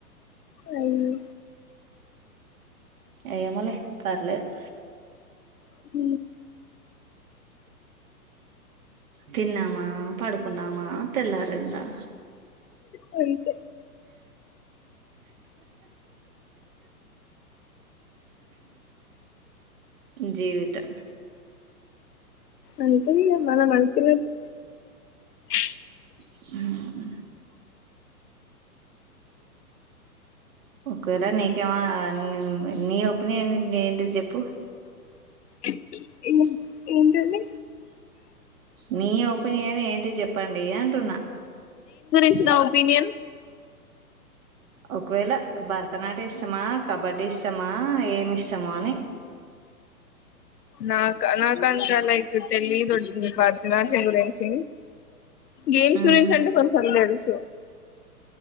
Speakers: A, on the left; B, on the right.
A: అవును
B: ఏమో లే పర్లేదు
A: హ
B: తిన్నామా పడుకున్నామా తెల్లారుందా
A: స
B: జీవిత
A: అంటే మన మనతుల <unintelligible>
B: ఆ ఓకేడా నీకేం అనిని నీప్ నేనేంటిది చెప్పు
A: ఏ ఏంటది
B: నీ ఒపీనియన్ ఏంటి చెప్పండి ఏ అంటన్నా
A: ఇచ్చిన ఒపీనియన్
B: ఒకవేళ బర్త నాట్యం ఇష్టమా కబడ్డీ ఇష్ట ఇష్టమా ఏమి ఇష్టం అని
A: నాక నాకు అంత లైక్ తెలిదు అండి భరతనాట్యం గురించి గేమ్స్
B: ఉమ్,
A: గురించి అంటే కొంచం తెలుసు <inaudible>